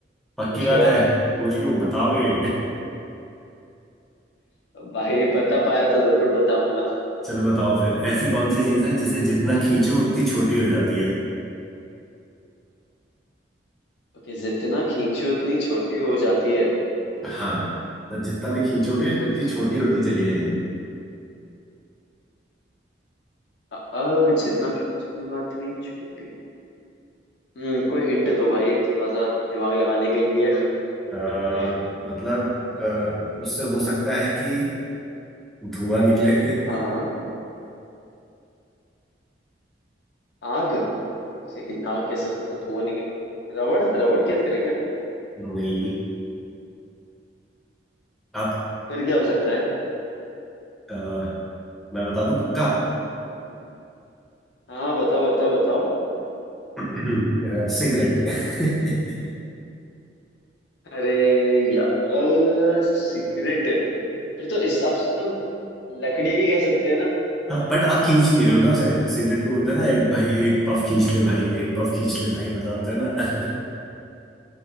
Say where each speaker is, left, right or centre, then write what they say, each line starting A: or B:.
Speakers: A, in the centre; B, on the left.
A: पक्की
B: पूछो
A: बात है
B: आप
A: पूछ लूँ बताओगे
B: भाई बता पाया तो जरूर बताऊंगा
A: <laughs> चलो बताओ फिर ऐसी कौन सी चीज़ है जिसे जितना खींचो उतनी छोटी हो जाती है
B: ओके जितना खींचो उतनी छोटी हो जाती है
A: हाँ तो जितना भी
B: जितना
A: खींचोगे
B: खींचो
A: उतनी
B: उतनी
A: छोटी
B: छोटी
A: होती चली जाएगी
B: आ, आ, जितना खींचूंगा उतनी छोटी हम्म कोई हिंट दो भाई थोड़ा सा दिमाग लगाने के लिए <laughs>
A: अ, मतलब अ,
B: आ,
A: उससे हो सकता है कि धुआं निकले <laughs>
B: हाँ हाँ आग किसी की नाक के से तो धुआं निकला रबड़ रबड़ की याद करे क्या
A: नहीं आप
B: फिर क्या हो सकता है
A: अ, मैं बता दूं पक्का
B: हम्म, हाँ हाँ बताओ बताओ बताओ
A: <clears throat> अ, सिगरेट <laughs>
B: अरे यार सिगरेट फिर तो इस हिसाब से तो लकड़ी भी कह सकते हैं ना
A: हाँ बट आप खींच नहीं रहे हो ना उसे सिगरेट को बोलते हैं ना एक भाई एक पफ खींच ले भाई एक पफ खींच ले भाई वाला होता है ना <laughs>